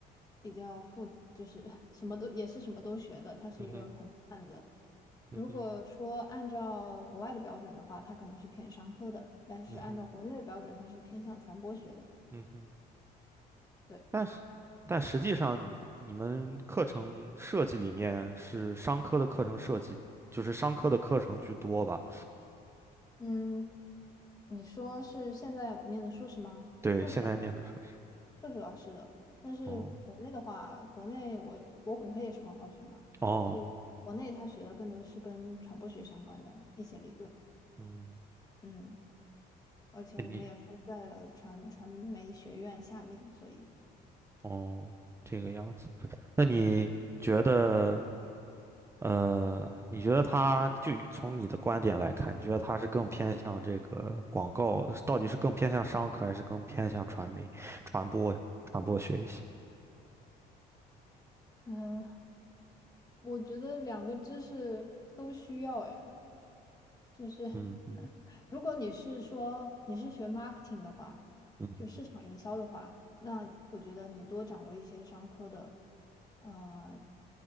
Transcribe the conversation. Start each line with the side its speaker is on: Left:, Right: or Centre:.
Left: 比较复杂，就是 <laughs> 什么都也是什么都学的，它是一个很泛的。
Right: 嗯哼，嗯哼，
Left: 如果说按照国外的标准的话，它可能是偏商科的，但是按照国内的标准，
Right: 嗯哼，
Left: 它是偏向传播学的。
Right: 嗯哼。
Left: 对。
Right: 但是，但实际上你，你们课程设计里面是商科的课程设计，就是商科的课程居多吧？
Left: 嗯，你说是现在念的硕士吗？
Right: 对，
Left: 硕士的话，
Right: 现在念的硕士。
Left: 硕士的话是的，但是国内的话，
Right: 哦
Left: 国内我我本科也是广告学嘛，
Right: 哦，
Left: 所以国内他学的更多是跟传播学相关的一些理论，
Right: 嗯，
Left: 嗯，而且我们也分在了传传媒学院下面，
Right: 那你
Left: 所以，
Right: 哦这个样子，那你觉得呃，你觉得他就以从你的观点来看，你觉得他是更偏向这个广告，到底是更偏向商科，还是更偏向传媒、传播、传播学一些？
Left: 嗯、我觉得两个知识都需要，哎，就是
Right: 嗯嗯
Left: <laughs> 如果你是说你是学 marketing 的话，
Right: 嗯
Left: 就市场营销的话，那我觉得你多掌握一些商科的，呃，